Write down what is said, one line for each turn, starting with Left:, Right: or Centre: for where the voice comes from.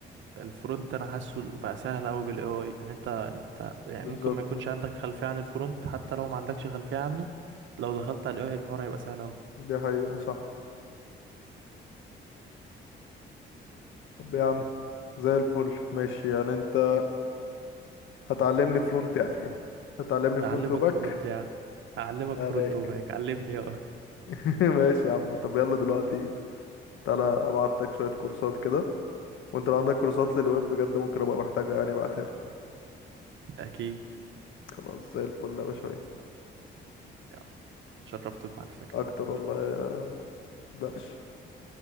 Right: الفرونت انا حاسه بقى سهل قوي بالاي اي يعني انت انت يعني
Left: بالظبط
Right: ممكن ما يكونش عندك خلفيه عن الفرونت حتى لو ما عندكش خلفيه عنه لو دخلت على الاي اي الحوار هيبقى سهل قوي
Left: دي حقيقة صح طب يا عم زي الفل ماشي يعني انت هتعلمني فرونت يعني هتعلمني فرونت
Right: اعلمك
Left: وباك
Right: فرونت يا عم اعلمك
Left: عليك
Right: فرونت وباك علمني اي اي.
Left: <laughs> ماشي يا عم طب يلا دلوقتي تعالى ابعت لك شوية كورسات كده وانت لو عندك كورسات للويب بجد ممكن ابقى محتاجها يعني ابعتها لي
Right: اكيد
Left: خلاص زي الفل يا باشا
Right: يلا اتشرفت بمعرفتك
Left: اكتر
Right: يا عم.
Left: والله يا درش